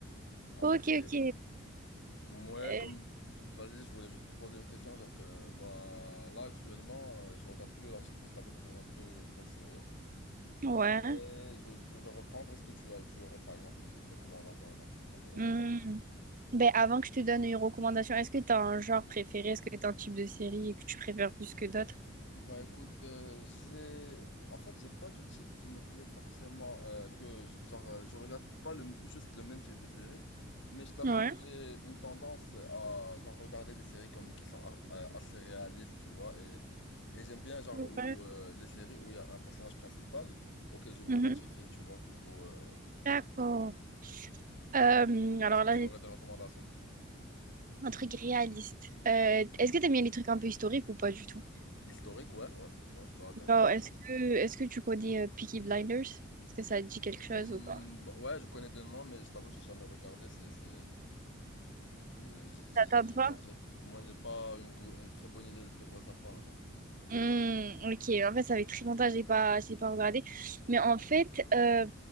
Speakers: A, on the left; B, on the right.
A: Après,
B: Ok, ok.
A: moi,
B: Euh,
A: comme... Vas-y, je voulais juste te poser une question, genre que, bah, là, actuellement, euh, je regarde plus, là, je je t'avoue que je regarde plus trop de séries.
B: ouais.
A: Mais je, je vais reprendre, est-ce que tu as, tu aurais, par exemple, une recommandation, genre, concernant
B: Mm.
A: les séries?
B: Ben, avant que je te donne une recommandation, est-ce que tu as un genre préféré? Est-ce que tu as un type de série que tu préfères plus que d'autres?
A: Bah écoute, euh, j'ai en fait j'ai pas de type qui me plaît forcément euh, que j- genre euh, je regarde pas le juste le même type de série, mais je t'avoue
B: Ouais.
A: que j'ai une tendance à genre regarder des séries comme qui sont a- a- assez réalistes, tu vois, et et j'aime bien genre
B: Ouais.
A: où euh, les séries où il y a un personnage principal auquel je m'identifie,
B: Mhm.
A: tu vois. Du coup euh,
B: D'accord. Euh,
A: du coup,
B: alors
A: est-ce que
B: là,
A: tu aurais des recommandations?
B: Un truc réaliste. Euh, est-ce que t'aimes bien les trucs un peu historiques ou pas du tout?
A: Historique, ouais, ouais. Ouais, je peux adhérer
B: Genre,
A: à ça.
B: est-ce que est-ce que tu connais euh, Peaky Blinders? Est-ce que ça te dit quelque
A: Hmm,
B: chose ou pas?
A: bah, ouais, je connais des noms, mais je t'avoue que j'ai jamais regardé, c'est c'est Euh, j'ai-
B: Ça tente
A: j'ai-
B: pas?
A: Genre, j'ai- moi, j'ai pas une, go- une très bonne idée de quoi ça parle, genre.
B: Hmm, ok, en fait, ça fait très longtemps que je l'ai pas, je l'ai pas regardé. Mais en fait, euh,